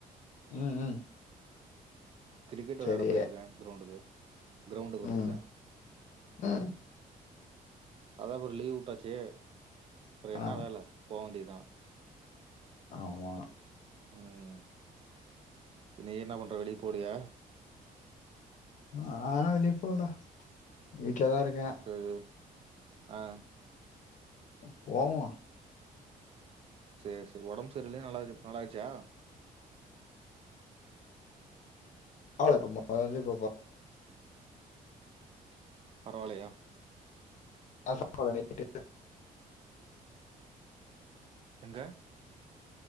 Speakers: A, on the left; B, on the right.
A: ம் ம்
B: கிரிக்கெட்
A: சரி
B: வெளாட போயிருக்கே க்ரௌண்டுக்கு க்ரௌண்டுக்கு வந்திருகே
A: ம் ம்
B: அதா அப்பற லீவ் விட்டாச்சே அப்பற என்னா
A: ஆ
B: வேல போ வேண்டியதா
A: ஆமா
B: ம் நீ என்ன பண்ற வெளிய போலயா
A: நா வெளிய போல வீட்டுலதா இருக்கே
B: ஊ ஆ
A: போவோ
B: செரி செரி ஒடம்பு சரிலயே நல்லா நல்லாயிச்சா
A: <unintelligible>
B: பரவால்லயா
A: <unintelligible>
B: எங்க